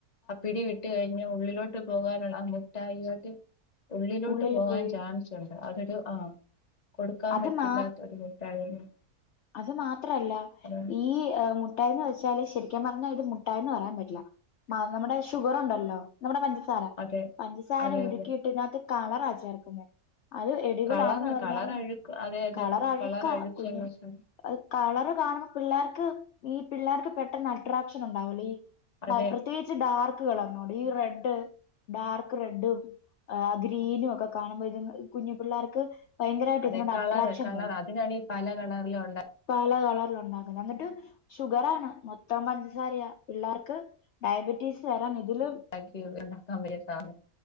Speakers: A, on the left; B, on the left.
A: ആ പിടി വിട്ട് കഴിഞ് ഉള്ളിലോട്ട് പോകാനുള്ള ആ മുട്ടായിട്ട് ഉള്ളിലോട്ട്
B: ഉള്ളിൽ
A: പോകാൻ
B: പോയി
A: ചാൻസുണ്ട് അതൊരു ആഹ് കൊടുക്കാൻ
B: അത്
A: പറ്റില്ലാത്ത
B: മാ
A: ഒരു <unintelligible>
B: അത് മാത്രല്ല
A: അത്
B: ഈ മുട്ടായിന്ന് വെച്ച ല് ശരിക്കും പറഞ്ഞാൽ ഇത് മുട്ടായന്ന് പറയാൻ പറ്റില്ല നമ്മുടെ ഷുഗർണ്ടല്ലോ നമ്മുടെ പഞ്ചസാര
A: അതെ
B: പഞ്ചസാര
A: അതെ
B: ഉരുക്കിയിട്ടതിനകത്ത്
A: അതെ
B: കളറാ ചേർക്കുന്നത് അത് അടിവിളാണെന്ന്
A: കളറാ
B: പറഞ്ഞാലും
A: കളർ അഴുക്ക് അതെ അതെ
B: കളർ അഴുക്കാ
A: അഴുക്കുള്ള
B: കുഞ്ഞു
A: സാ-
B: കളറ് കാണുമ്പോ പിള്ളേർക്ക് ഈ പിള്ളേർക്ക് പെട്ടെന്ന് അട്രാക്ഷൻ ഉണ്ടാവല്ലോ ഈ
A: അതെ
B: പ്രത്യേകിച്ച് ഡാർക്ക് കളർന്നോട് ഈ റെഡ് ഡാർക്ക് റെഡും ആഹ് ഗ്രീനും ഒക്കെ കാണുമ്പോ ഇത് കുഞ്ഞു പിള്ളേർക്ക് ഭയങ്കരമായിട്ട്
A: അതെ
B: ഇതിനോട്
A: കളറ്
B: അട്രാക്ഷൻ
A: കളർ
B: തോന്നും
A: അതിനാണ് ഈ പല കളറിലും ഉണ്ട്
B: പല കളറില ഉണ്ടാക്കുന്നു എന്നിട്ട് ഷുഗർ ആണ് മൊത്തം പഞ്ചസാരയ പിള്ളേർക്ക് ഡയബറ്റീസ് തരാൻ ഇതില
A: ക്കി ഉണ്ടാക്കാൻ വലിയ സാധനം